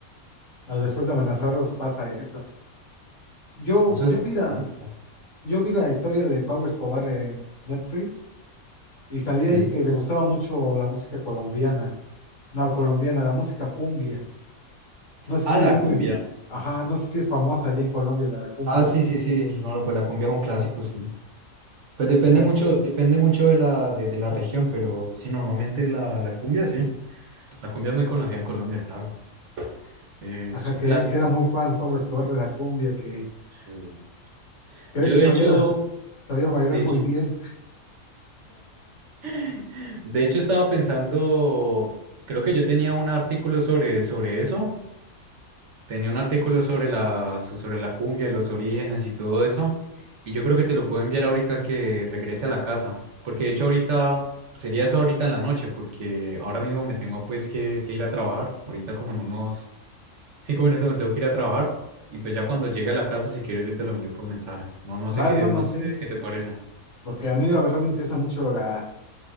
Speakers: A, on the left (about 55°); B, on the right (about 60°).
A: a después de amenazarlos, pasa eso. Yo,
B: Eso
A: yo
B: es
A: vi la,
B: triste.
A: yo vi la historia de Pablo Escobar en Netflix y salí
B: Sí.
A: ahí que le gustaba mucho la música colombiana. No, colombiana, la música cumbia. No sé
B: Ah,
A: si
B: la
A: es muy,
B: cumbia.
A: ajá, no sé si es famosa allá en Colombia la cumbia.
B: Ah, sí, sí, sí. No, no, pues la cumbia es un clásico, sí. Pues depende
A: Ajá,
B: mucho, depende mucho de la, de, de la región, pero sí, normalmente la, la cumbia, sí. La cumbia es muy conocida en Colombia, claro. Eh,
A: ajá,
B: es un
A: que,
B: clásico.
A: que era muy fan Pablo Escobar de la cumbia, que,
B: Sí.
A: que
B: Yo
A: de hecho
B: de
A: sabía,
B: hecho,
A: sabía bailar
B: de
A: muy
B: hecho,
A: bien.
B: <laughs> de hecho estaba pensando, creo que yo tenía un artículo sobre, sobre eso, Tenía un artículo sobre la, so- sobre la cumbia, los orígenes y todo eso. Y yo creo que te lo puedo enviar ahorita que regrese a la casa. Porque de hecho ahorita, sería eso ahorita en la noche, porque ahora mismo me tengo pues que, que ir a trabajar. Ahorita como en unos cinco minutos me tengo que ir a trabajar. Y pues ya cuando llegue a la casa, si quiero yo te lo envío por mensaje. No, no
A: Va,
B: sé qué,
A: hermano,
B: no
A: sí,
B: sé qué te parece.
A: porque a mí la verdad me interesa mucho la